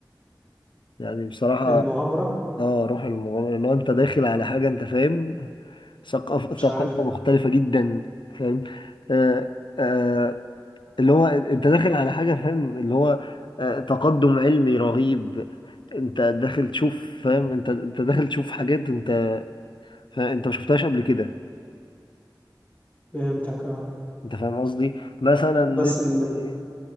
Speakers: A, on the left; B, on the left.
A: يعني بصراحه
B: المغامرة
A: اه روح المغامره لو انت داخل على حاجه انت فاهم ثقافه
B: مش
A: ثقافه
B: عارف
A: مختلفه جدا فاهم آه آه اللي هو انت داخل على حاجه فاهم اللي هو آه تقدم علمي رهيب انت داخل تشوف فاهم انت انت داخل تشوف حاجات انت فانت ما شفتهاش قبل كده
B: فهمتك اه
A: انت فاهم قصدي مثلا نفسي
B: بس ال...